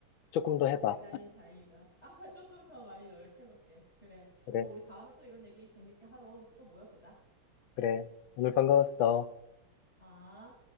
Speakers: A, on the left; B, on the left.
A: 조금 더 해봐.
B: 그랬다니 다행이다. 아, <laughs> 조금 더 많이 노력해볼게. 그래.
A: 그래,
B: 그럼 우리 다음에 또 이런 얘기 재밌게 하러 또 모여보자.
A: 그래. 오늘 반가웠어.
B: 아.